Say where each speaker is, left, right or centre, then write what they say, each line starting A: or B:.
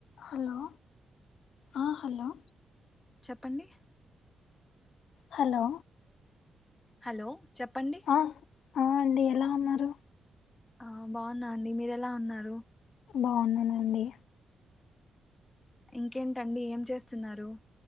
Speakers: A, on the left; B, on the left.
A: Hello ఆ hello
B: చెప్పండి
A: hello
B: hello చెప్పండి
A: ఆ ఆ అండి ఎలా ఉన్నారు
B: ఆ బాగున్నా అండి మీర ఎలా ఉన్నారు
A: బాగున్నానండి
B: ఇంకేంటండి ఏం చేస్తున్నారు